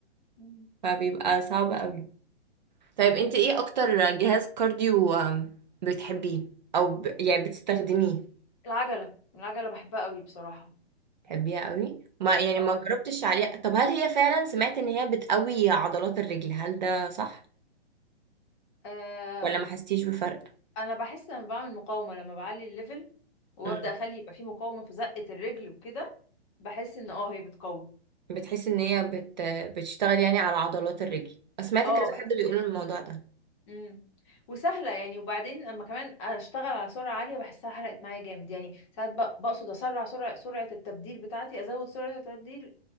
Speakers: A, on the left (about 25°); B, on the right (about 45°).
A: مم.
B: فبيبقى صعب قوي طيب انتي ايه اكتر جهاز كارديو آم، بتحبيه او ب... يعني بتستخدميه
A: العجلة العجلة بحبها قوي بصراحة
B: بتحبيها قوي ما يعني
A: اه
B: ما جربتش عليها طب هل هي فعلا سمعت ان هي بتقوي عضلات الرجل هل ده صح
A: آه،
B: ولا ما حستيش بفرق
A: انا بحس لما بعمل مقاومه لما بعلي الليفل وابدا
B: مم.
A: اخلي يبقى في مقاومه في زقه الرجل وكده بحس ان اه هي بتقوي
B: بتحس ان هي بت... بتشتغل يعني على عضلات الرجل سمعت
A: اه
B: كذا
A: بحس
B: حد بيقول
A: ان هي
B: الموضوع
A: فعلا
B: ده
A: امم وسهله يعني وبعدين اما كمان اشتغل على سرعه عاليه بحسها حرقت معايا جامد يعني ساعات بق- بقصد اسرع سرعه سرعه التبديل بتاعتي ازود سرعه التبديل